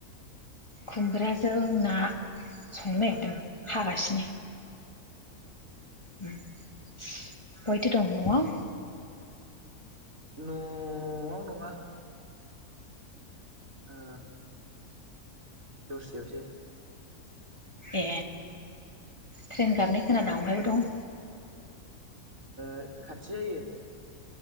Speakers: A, on the left; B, on the right.
A: खुमब्राजों ना संनो नागिरदों हागासिनो। बहायथो दं न'आव?
B: न'आव नङा ओ दस्रायावसो।
A: ए ट्रेन गाबनाय खोनादों अहायबा दं?
B: खा-खाथि जायो।